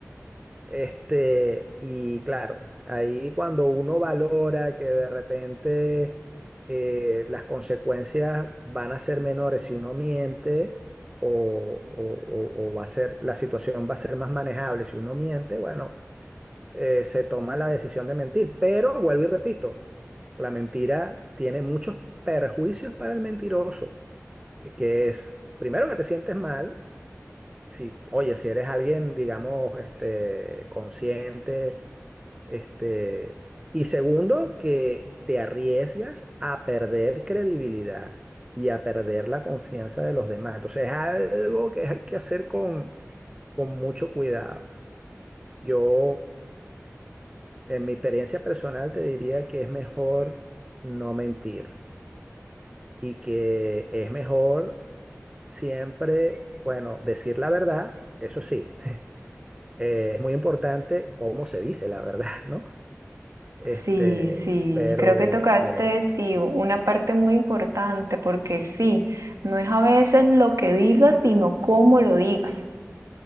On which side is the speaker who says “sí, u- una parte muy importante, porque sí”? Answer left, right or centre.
Right